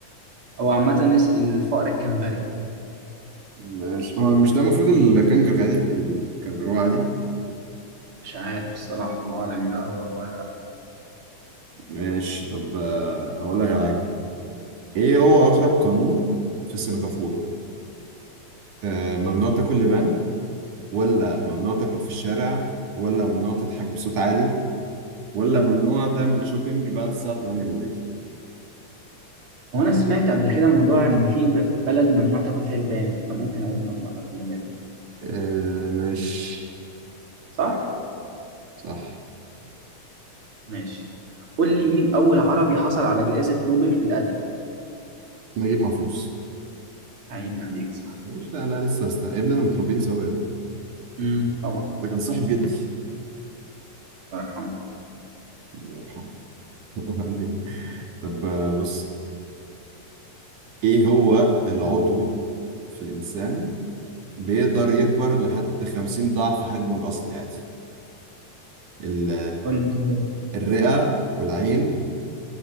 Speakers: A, on the right; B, on the right.
A: هو عامة اس- الفأر الكنغري
B: ماشي هو مش ده المفروض الكنجر عادي الكنجرو عادي
A: مش عارف الصراحة بالعربي بقى هو هو ولا لا
B: ماشي طب آه، هقول لك على حاجة طب ايه هو اغرب قانون في سنغافورة آه، ممنوع تاكل لبان ولا ممنوع تاكل في الشارع ولا ممنوع تضحك بصوت عالي ولا ممنوع تعمل شوبينج بعد الساعة 8 بالليل
A: هو انا سمعت قبل كده موضوع ان في ب- بلد ممنوع تاكل فيها البان فممكن اقول ممنوع تاكل اللبان
B: آه، ماشي
A: صح
B: صح
A: ماشي قول لي مين اول عربي حصل على جائزة نوبل في الادب
B: نجيب محفوظ
A: عيني عليك صح
B: ماشي انا لسه هست... يا ابني انا متربيين سوا يا ابني.
A: امم طبعا
B: ده كان صاحب جدي
A: الله يرحمه
B: الله يرحمه <laughs> يعني طب آه، بص ايه هو العضو في الانسان بيقدر يكبر لحد 50 ضعف حجمه الاصلي يعني ال-
A: قول لي كده.
B: الرئة والعين